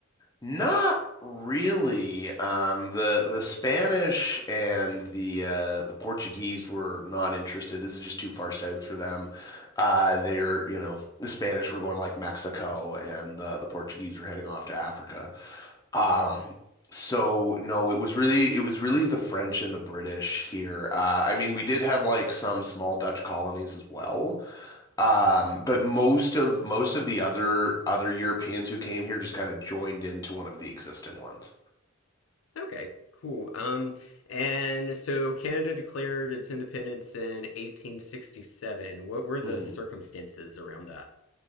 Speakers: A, on the left; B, on the left.
A: Not really. Um, the the Spanish and the uh, the Portuguese were not interested. This is just too far south for them. Uh, they're, you know, the Spanish were going to like Mexico, and the the Portuguese were heading off to Africa. Um, so no, it was really it was really the French and the British here. Uh, I mean, we did have like some small Dutch colonies as well. Um, but most of most of the other other Europeans who came here just kind of joined into one of the existing ones.
B: Okay, cool. Um, and so Canada declared its independence in 1867. What were the
A: hmm
B: circumstances around that?